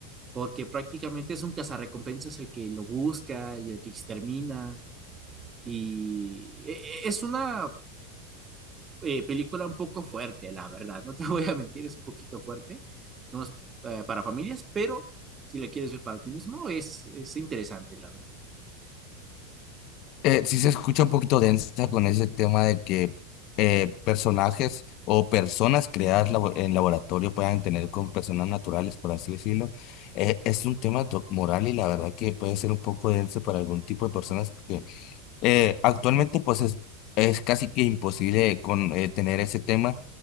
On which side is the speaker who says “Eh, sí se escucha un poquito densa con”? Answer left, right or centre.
Left